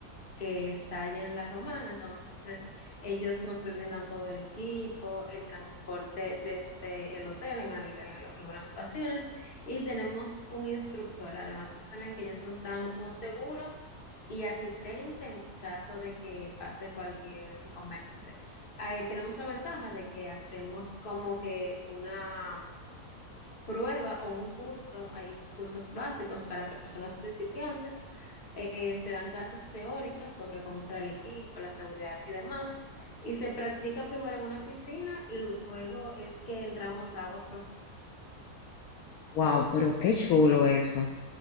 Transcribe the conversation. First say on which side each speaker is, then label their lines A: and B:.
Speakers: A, on the left (about 35°); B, on the left (about 75°).
A: que está allá en La Romana. Entonces, ellos nos brindan todo el equipo, el transporte desde el hotel en, al- en al- algunas ocasiones y tenemos un instructor. Además, también que ellos nos dan un seguro y asistencia en caso de que pase cualquier inconveniente. Ahí tenemos la ventaja de que hacemos como que una prueba o un curso, hay cursos básicos para personas principiantes, eh, se dan clases teóricas sobre cómo será el equipo, la seguridad y demás, y se practica primero en una piscina y luego es que entramos a aguas profundas.
B: Wow, pero qué chulo eso.